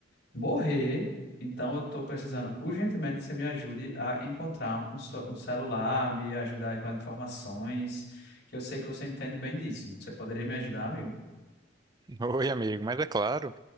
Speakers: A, on the left; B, on the right.
A: morrer. Então, eu estou precisando urgentemente que você me ajude a encontrar um, ce- um celular, me ajudar aí com as informações, que eu sei que você entende bem disso. Você poderia me ajudar, amigo?
B: Oi, amigo, mas é claro,